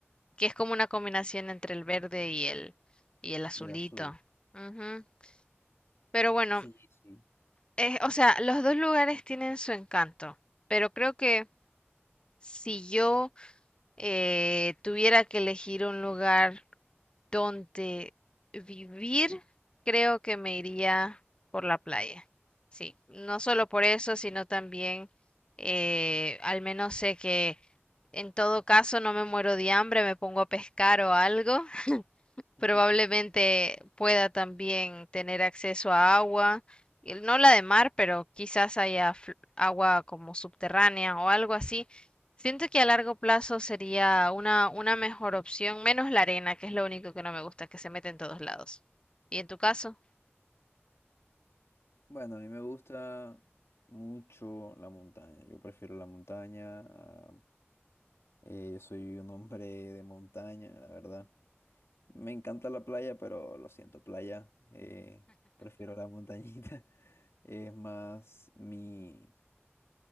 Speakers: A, on the left; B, on the left.
A: Que es como una combinación entre el verde y el y el azulito.
B: y el azul.
A: Ujú. Pero bueno,
B: Sí, sí.
A: eh, o sea, los dos lugares tienen su encanto. Pero creo que si yo eh, tuviera que elegir un lugar donde vivir, creo que me iría por la playa. Sí, no solo por eso, sino también eh, al menos sé que en todo caso no me muero de hambre, me pongo a pescar o algo
B: <laughs>
A: Probablemente pueda también tener acceso a agua, eh, no la de mar, pero quizás haya fl- agua como subterránea o algo así. Siento que a largo plazo sería una, una mejor opción, menos la arena, que es lo único que no me gusta, que se mete en todos lados. Y en tu caso,
B: Bueno, a mí me gusta mucho la montaña. Yo prefiero la montaña. a- eh, yo soy un hombre de montaña, la verdad. Me encanta la playa, pero lo siento, playa. eh, prefiero la montañita. <laughs> Es más mi,